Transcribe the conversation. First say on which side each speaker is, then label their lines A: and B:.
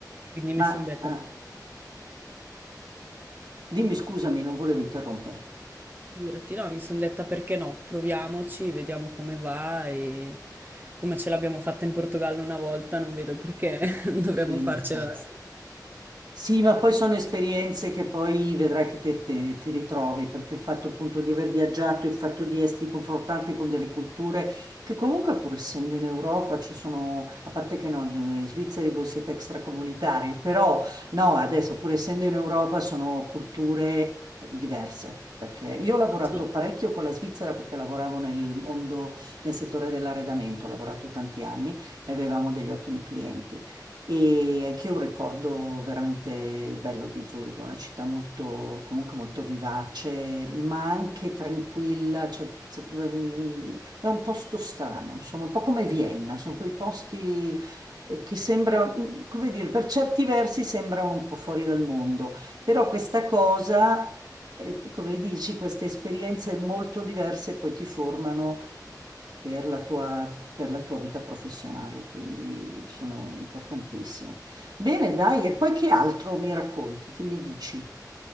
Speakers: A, on the right; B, on the right.
A: Quindi
B: Ma
A: mi sono detta,
B: ah, dimmi scusami, non volevo interrompere.
A: figurati, no, mi sono detta perché no, proviamoci, vediamo come va e come ce l'abbiamo fatta in Portogallo una volta, non vedo perché <laughs> non dovremmo
B: Sì,
A: farcela
B: ma appunto.
A: la seconda.
B: Sì, ma poi sono esperienze che poi vedrai che te, te- ti ritrovi, perché il fatto appunto di aver viaggiato, il fatto di esserti confrontanti con delle culture che comunque pur essendo in Europa, ci sono, a parte che no, in Svizzera voi siete extracomunitari, però no, adesso pur essendo in Europa sono culture diverse. Perché io ho lavorato
A: Assolutamente.
B: parecchio con la Svizzera perché lavoravo nel mondo, nel settore dell'arredamento, ho lavorato tanti anni e avevamo degli ottimi clienti. E anch'io ho un ricordo veramente bello di Zurigo, è una città molto, comunque molto vivace, ma anche tranquilla, cioè, z- mm, è un posto strano, insomma, un po' come Vienna, sono quei posti eh, che sembrano, mm, come dire, per certi versi sembrano un po' fuori dal mondo, però questa cosa, ri- come dici, queste esperienze molto diverse poi ti formano per la tua, per la tua vita professionale, quindi sono importantissime. Bene, dai, e poi che altro mi racconti? Che mi dici?